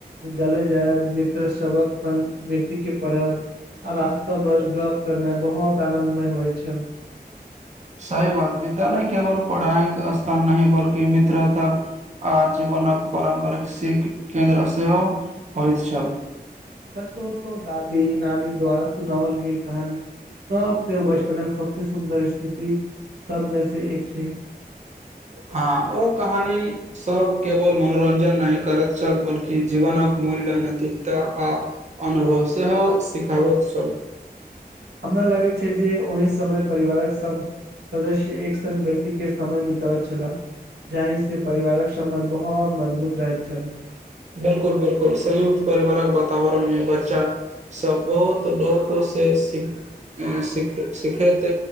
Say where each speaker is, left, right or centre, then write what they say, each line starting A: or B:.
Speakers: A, on the right (about 85°); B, on the right (about 45°).
A: विद्यालय जाय मित्र सबक सन बेसी के पढ़ब आ रास्त भर गप करनए बहुत आनदमय होइत छ।
B: सही बात, विद्यालय केवल पढ़ाइक स्थान नहि बल्कि मित्रता आ जीवनक पारम्परिक सिकख केन्द्र सेहो होइत छल।
A: सच कहू तो दादी नानी द्वारा सुनावल गेल कहानी सबसँ बच सबस सुन्दर स्मृति सब मे से एक छैे।
B: हँ, ओ कहानी सभ केवल मनोरञ्जन नहि करैत छल बल्कि जीवनक मूल्य नैतिकता आ अनुभव सेहो सिखाबैत छल।
A: हमरा लागै छै जे ओहि समय परिवारक सब सदस्य एक संगङ्ग बेसी के समय बितबैत छला, जाहि से परिवारक सम्बंध बहुत मजबूत रहैत छल
B: बिलकुल-बिलकुल, संयुक्त परिवारक ब वातावरन मे बच्चा सभ बहुत लोक सँ सिख सिख सिखैत